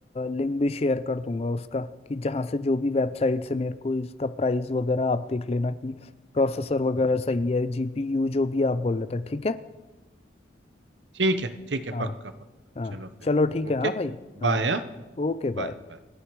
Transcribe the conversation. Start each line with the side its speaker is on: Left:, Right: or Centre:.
Left: लिंक भी शेयर कर दूंगा उसका कि जहाँ से जो भी वेबसाइट से मेरे को इसका प्राइस वगैरह आप देख लेना कि प्रोसेसर वगैरह सही है जीपीयू जो भी आप बोल रहे थे ठीक है
Right: ठीक है ठीक है
Left: हाँ
Right: पक्का पक्का
Left: हाँ
Right: चलो फिर
Left: चलो ठीक
Right: Okay
Left: है हाँ भाई हाँ
Right: bye
Left: ओके
Right: Bye
Left: बाय
Right: bye